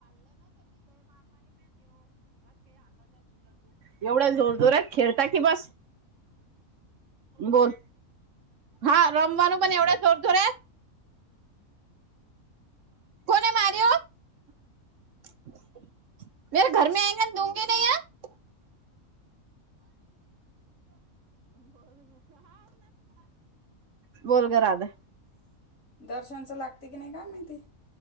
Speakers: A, on the right; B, on the left.
A: एवढ्या जोर जोरात खेळता की बस
B: <unintelligible>
A: बोल हा रमवान पण एवढे जोरजोरे <unintelligible> <unintelligible> <unintelligible> बोल ग राधा
B: दर्शनचं लागते की नाही काय माहिती